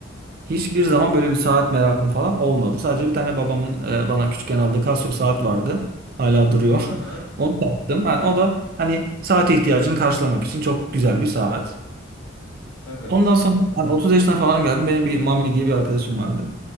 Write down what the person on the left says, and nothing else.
Hı hı.
Evet.